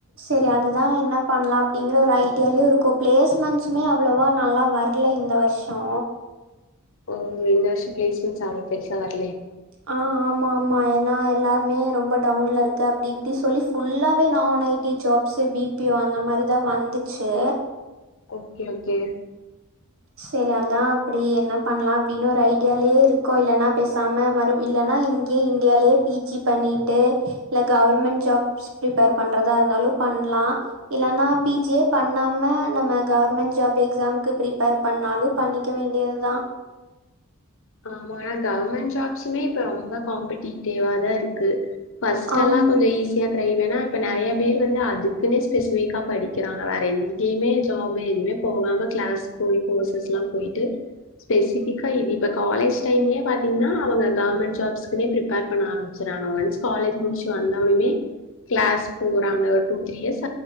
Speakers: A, on the right (about 65°); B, on the left (about 60°).
A: சரி அதுதா என்ன பண்ணலா அப்புடிங்கற ஒரு ஐடியாலயே இருக்கோ பிளேஸ்மெண்ட்ஸுமே அவ்ளோவா நல்லா வரல இந்த வர்ஷோ
B: ஓ இந்த வருஷம் ப்ளேஸ்மென்ட்ஸ் அவ்ளோ பெருசா வர
A: அ ஆமா ஆமா என் நா எல்லாமே ரொம்ப டவுன்ல இருக்கு அப்டி இப்டி சொல்லி ஃபுல்லாவே நான் IT jobs B P O அந்த மாரிதா வந்துச்சு
B: ஓகே ஓகே
A: செரி அதா அப்படி என்ன பண்ணலா அப்படின்னு ஒரு ஐடியாலயே இருக்கோ இல்லைன்னா பேசாம மறு இல்லன்னா இங்கேயே இந்தியாலேயே பி ஜி பண்ணிட்டு இல்ல கவர்மெண்ட் ஜாப்ஸ் ப்ரிப்பேர் பண்றதா இருந்தாலு பண்லா இல்லன்னா பி ஜியே பண்ணாம நம்ம கவர்மெண்ட் ஜாப் எக்ஸாமுக்கு ப்ரிப்பேர் பண்ணாலு பண்ணிக்க வேண்டியதுதா
B: ஆமா ஆனா ஃகவர்மெண்ட் ஜாப்ஸுமே இப்ப ரொம்ப காம்படிேட்டிவாதா இருக் <unintelligible> பஸ்ட்
A: ஆம்
B: எல்லா கொஞ்சோ ஈஸியா <unintelligible> வேனா இப்ப நெறையா பேர் வந்து அதுக்குன்னே ஸ்பெசிஃபிக்கா படிக்கிறாங்க வேற எங்கேயுமே ஜாப் எதுவுமே போகாம ஃக்ளாஸ் போய் கோர்ஸஸ் எல்லா போயிட்டு ஸ்பெசிஃபிக்கா <unintelligible> இப்ப காலேஜ் டைம்லயே பாத்தீங்கன்னா அவங்க ஃகவர்மெண்ட் ஜாப்ஸ்க்குனே ப்ரிப்பேர் பண்ண ஆரம்பிச்சறாங்க ஒன்ஸ் காலேஜ் முடிச்சு வந்தவொனமே ஃகிளாஸ் போறாங்க ஒரு டூ த்ரீ இயர்ஸ்